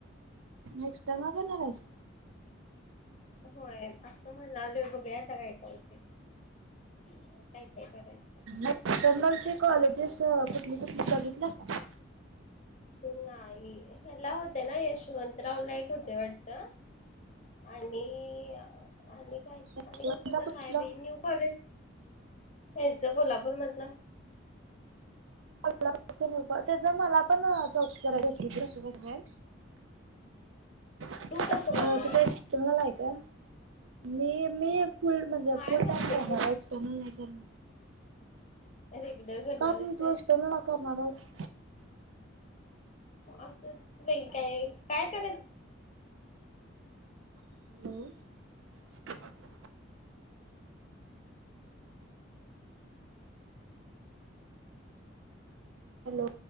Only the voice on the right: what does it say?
एक्सटर्नल घेणार हाइस?
एक्सटर्नलची कॉलेजेस कुठली कुठली बघितल्यास का?
एक्सटर्नलला
कुठलं
<unintelligible> नको त्याच मला पण चौकशी करायची होती कसं कसं काय? अ
तिथे
एक्सटेर्नल हाय काय? मी मी फूल म्हणजे
फूल
टाइम घेणारे
एक्सटरनल नाही. असेल?
का
पण
तू एक्सर्टनला करणार आहेस?
हम. हॅलो